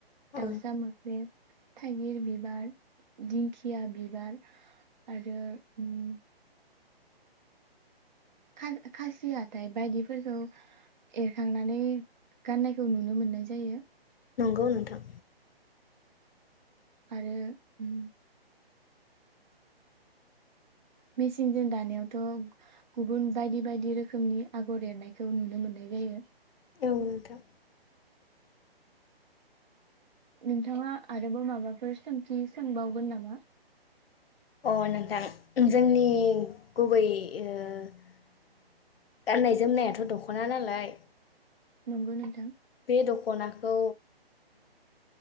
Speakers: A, on the left; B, on the right.
A: औ
B: दावसा मोख्रेब। थायगिर बिबार दिंखिया बिबार। आरो ओम। खा-खासि हाथाय बायदिफोरखौ एरखांनानै गाननायखौ नुनो मोननाय जायो।
A: नंगौ नोंथां
B: आरो ओम मेचिनजों दानायावथ गुबुन बायदि बायदि रोखोमनि आगर एरनायखौ नुनो मोननाय जायो
A: औ नोंथां।
B: नोंथाङा आरोबाव माबाफोर सोंथि सोंबावगोन नामा?
A: अ नोंथां जोंनि गुबै गाननाय ओ जोमनायाथ' दखना नालाय
B: नंगौ नोंथां
A: बे दखनाखौ